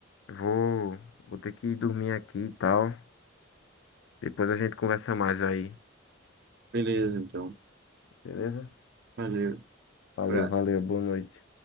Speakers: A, on the left (about 65°); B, on the right (about 55°).
A: Vou, vou ter que dormir aqui e tal. Depois a gente conversa mais aí,
B: Beleza, então.
A: beleza?
B: Valeu.
A: Valeu,
B: Abraço.
A: valeu, boa noite.